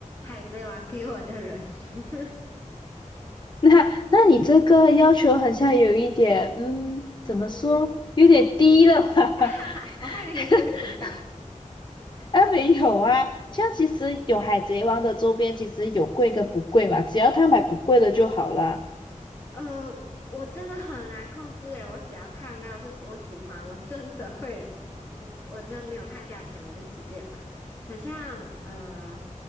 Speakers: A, on the left; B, on the left.
A: 《海贼王》给我的人。<laughs>
B: <laughs> 那那你这个要求好像有一点，嗯，怎么说，
A: 嗯，
B: 有点低了吧？
A: 哈哈，
B: <laughs>
A: 我还以为你说有点高。
B: 啊，没有啊，像其实有海贼王的周边，其实有贵跟不贵嘛，只要他买不贵的就好了。
A: 呃，我真的很难控制诶，我只要看到是我喜欢，我真的会，直我真没有看价钱，我就直接买。好像呃，